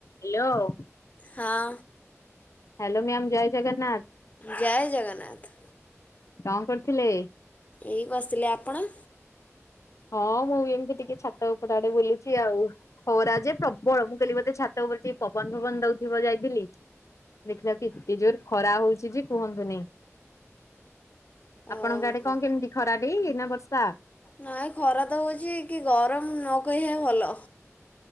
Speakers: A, on the left; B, on the left.
A: Hello.
B: ହଁ।
A: Hello ma'am ଜୟ ଜଗନ୍ନାଥ।
B: ଜୟ ଜଗନ୍ନାଥ।
A: କଣ କରୁଥିଲେ?
B: ଏଇ ବସିଥିଲି। ଆପଣ?
A: ହଁ ମୁଁ ଏମିତି ଟିକେ ଛାତ ଉପରଆଡେ ବୁଲିଛି ଆଉ। ଖରା ଯେ ପ ବଳ ମୁଁ କହିଲି ଗୋଟେ ଛାତ ଉପରେ ଟିକେ ପବନ ଫବନ ଦଉଥିବ ଯାଇଥିଲି ଦେଖିବାକି ଜୋର ଖରା ହଉଛି ଯେ କୁହନ୍ତୁନି। ଆପଣଙ୍କ
B: ଓହୋ
A: ଆଡେ କଣ କେମିତି ଖରା ଡେଇଁ ନା ବର୍ଷା?
B: ନାଇଁ ଖରା ତ ହୋଉଛି କି ଗରମ ନ କହିବା ଭଲ।